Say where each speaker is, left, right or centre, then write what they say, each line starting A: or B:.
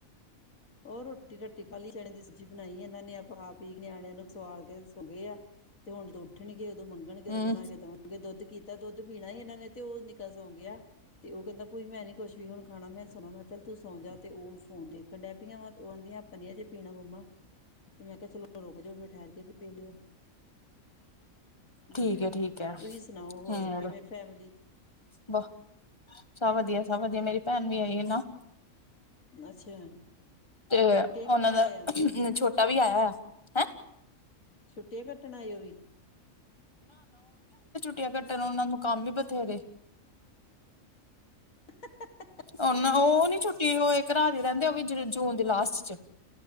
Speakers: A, on the left; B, on the left.
A: ਉਹ ਰੋਟੀ-ਰੋਟੀ ਖਾਲੀ ਚਣੇ ਦੀ ਸਬਜ਼ੀ ਬਣਾਈ ਇਹਨਾਂ ਨੇ ਆਪਾਂ ਹਾ ਪੀ ਨਿਆਣਿਆਂ ਨੂੰ ਸਵਾਲ ਕੇ ਸੌ ਗਏ ਆ। ਤੇ ਹੁਣ ਦੋ ਉਠਣਗੇ ਉਦੋਂ ਮੰਗਣਗੇ ਉਦੋਂ
B: ਹਮ
A: ਬਣਾ ਕੇ ਦਵਾੰਗੇ ਦੁੱਧ ਕੀਤਾ ਦੁੱਧ ਪੀਣਾ ਹੀ ਇਹਨਾਂ ਨੇ ਤੇ ਉਹ ਨਿੱਕਾ ਸੌਂ ਗਿਆ ਤੇ ਉਹ ਕਹਿੰਦਾ ਭੂਈ ਮੈਂ ਨਹੀਂ ਕੁਛ ਵੀ ਹੁਣ ਖਾਣਾ ਮੈਂ ਸੁਣਾ ਮੈਂ ਕਿਹਾ ਚੱਲ ਤੂੰ ਸੌਂ ਜਾ ਤੇ ਉਹ ਫੋਨ ਦੇ ਕੰਡੈਪੀਆਂ ਵਾ ਉਹ ਆਹਂਦੀਆਂ ਆਪਾਂ ਨੀਆਂ ਜੇ ਪੀਣਾ ਮੰਮਾ ਤੇ ਮੈਂ ਕਿਹਾ ਚਲੋ ਰੁਕ ਜਾਓ ਫਿਰ ਠਹਿਰ ਕੇ ਪੀ ਲਿਓ ਹਮ,
B: ਠੀਕ ਹੈ ਠੀਕ ਹੈ
A: ਤੁਸੀਂ ਸੁਣਾਓ
B: ਹੋਰ
A: ਕਿਵੇਂ ਫੈਮਿਲੀ
B: ਬਹੁ ਸਭ ਵਧੀਆ ਸਭ ਵਧੀਆ ਮੇਰੀ ਪੈਣ ਵੀ ਆਈ ਏ ਨਾ-
A: ਅੱਛਾ
B: ਤੇ
A: ਛੁੱਟੀਆਂ
B: ਉਹਨਾਂ
A: ਕੱਟਣ
B: ਦਾ
A: ਆਏ ਆ
B: ਛੋਟਾ ਵੀ ਆਇਆ ਆ ਹੈਂ-
A: ਛੁੱਟੀ ਕੱਟਣ ਆ ਉਹ ਹੀ
B: ਟੁਟੀਆਂ ਕੱਟਣ ਉਹਨਾ ਨੂੰ ਕੰਮ ਵੀ ਬਥੇਰੇ
A: <unintelligible>
B: ਉਹਨ ਉਹ ਨੀ ਛੁੱਟੀ ਇੱਕ ਰਾਤ ਦੀ ਰਹਿੰਦੇ ਉਹ ਵੀ ਜੂਨ ਦੀ ਲਾਸਟ ਚ